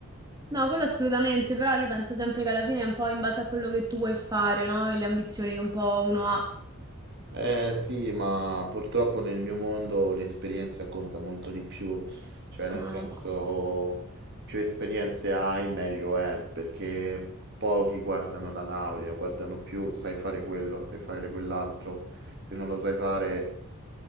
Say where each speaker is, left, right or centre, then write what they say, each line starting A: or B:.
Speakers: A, on the right; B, on the right.
A: No, quello assolutamente, però io penso sempre che alla fine è un po' in base a quello che tu vuoi fare, no? E le ambizioni che un po' uno ha.
B: Eh sì, ma purtroppo nel mio mondo l'esperienza conta molto di più, cioè nel
A: No.
B: senso più esperienze hai meglio è, perché pochi guardano la laurea, guardano più sai fare quello, sai fare quell'altro, se non lo sai fare